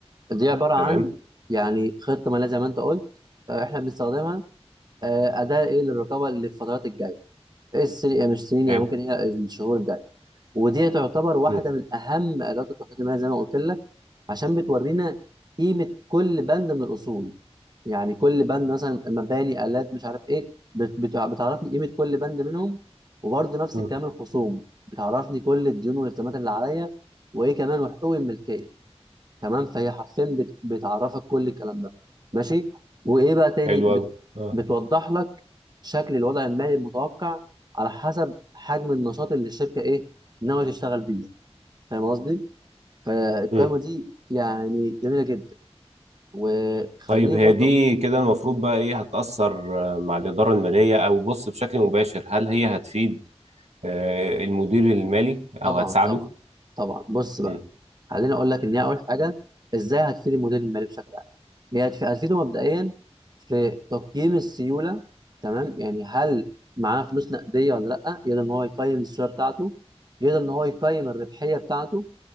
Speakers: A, on the right (about 40°); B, on the right (about 80°).
A: دي عباره عن
B: تمام؟
A: يعني خطه ماليه زي ما انت قلت آه، احنا بنستخدمها آه، اداه ايه للرقابه للفترات الجايه إيه السنين يعني مش سنين
B: حلو
A: يعني ممكن هي الشهور الجايه ودي تعتبر واحده
B: مم.
A: من اهم ادوات التخطيط المالي زي ما قلت لك عشان بتورينا قيمه كل بند من الاصول يعني كل بند مثلا مباني آلات مش عارف ايه بت- بت- بتعرفني قيمة كل بند منهم وبرضه نفس
B: مم.
A: الكلام الخصوم بتعرفني كل الديون والالتزامات اللي عليا وايه كمان وحقوق الملكية تمام فهي حرفيا بت- بتعرفك كل الكلام ده ماشي وايه بقى تاني
B: حلو
A: بت-
B: أوي اه
A: بتوضح لك شكل الوضع المالي المتوقع على حسب حجم النشاط اللي الشركة ايه ناوية تشتغل بيه فاهم قصدي فالقائمة
B: مم.
A: دي يعني جميلة جدا وخليني
B: طيب هي
A: برضو
B: دي كده المفروض بقى إيه هتأثر آه، مع الإدارة المالية أو بص بشكل مباشر هل هي هتفيد آه، المدير المالي أو
A: طبعا
B: هتساعده؟
A: طبعا طبعا بص بقى
B: مم.
A: خليني اقول لك ان هي اول حاجه ازاي هتفيد المدير المالي بشكل عام هي هتف- هتفيده مبدئيا في تقييم السيوله تمام يعني هل معاه فلوس نقديه ولا لا يقدر ان هو يقيم السيوله بتاعته يقدر ان هو يقيم الربحيه بتاعته